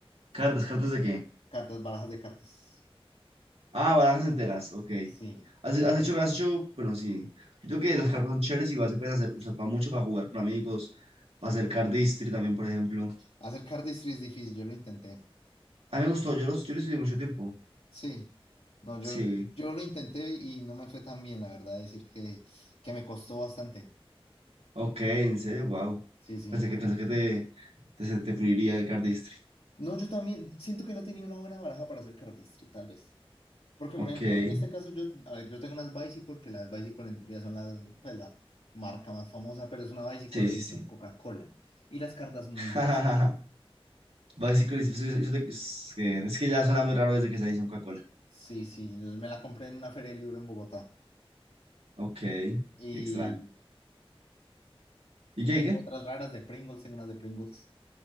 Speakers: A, on the right; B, on the left.
A: ¿Cartas? ¿Cartas de qué?
B: cartas, barajas de cartas.
A: Ah, barajas enteras, ok.
B: Sí,
A: ¿Has, has hecho, has hecho, bueno, sí. Yo creo que las cartas son chéveres, igual se pueden hacer, usar para mucho para jugar con amigos, para hacer card history también, por ejemplo.
B: hacer cardistry es difícil, yo lo intenté.
A: A mí me gustó, yo los, yo los estudié mucho tiempo.
B: Sí, no, yo,
A: Sí,
B: yo lo intenté y no me fue tan bien, la verdad, decir que, que me costó bastante.
A: ok, en serio, wow.
B: Sí, sí.
A: Pensé que, pensé que te, te, te puliría el cardistry.
B: No, yo también siento que no tenía una buena baraja para hacer cardistry, tal vez. Porque, por
A: Ok,
B: ejemplo,
A: sí,
B: en este caso yo, a ver, yo tengo unas Bicycle, que las Bicycle en teoría son las, pues, la marca más famosa, pero es una Bicycle
A: sí,
B: edición
A: sí.
B: Coca-Cola. Y las cartas
A: <laughs>
B: son muy gruesas
A: Va a decir que lo hice- es que, es que ya suena muy raro desde que se dice en Coca-Cola.
B: Sí, sí, me la compré en una feria de libro en Bogotá.
A: Ok, qué
B: Y
A: extraño. ¿Y qué,
B: tengo
A: y qué?
B: otras raras de Pringles, tengo unas de Pringles,